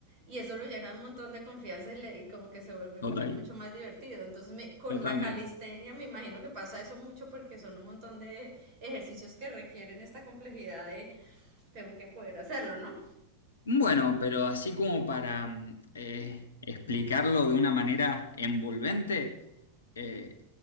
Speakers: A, on the right (about 40°); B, on the left (about 65°).
A: Y eso lo llena de un montón de confianza y, le, y como que se vuelve muy,
B: Total,
A: mucho más divertido. Entonces, me, con
B: totalmente.
A: la calistenia me imagino que pasa eso mucho porque son un montón de ejercicios que requieren esta complejidad de tengo que poder hacerlo, ¿no?
B: Bueno, pero así como para mm, eh, explicarlo de una manera envolvente, eh,